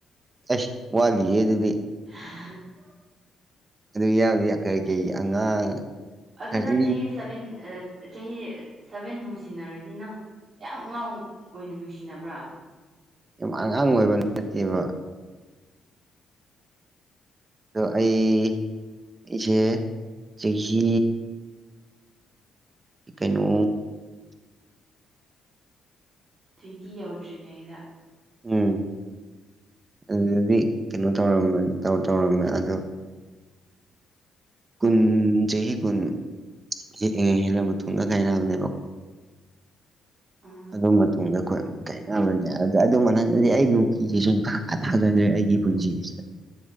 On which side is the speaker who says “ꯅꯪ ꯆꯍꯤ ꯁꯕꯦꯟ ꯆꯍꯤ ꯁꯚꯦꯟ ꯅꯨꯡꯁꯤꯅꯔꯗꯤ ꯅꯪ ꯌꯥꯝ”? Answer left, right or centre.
Right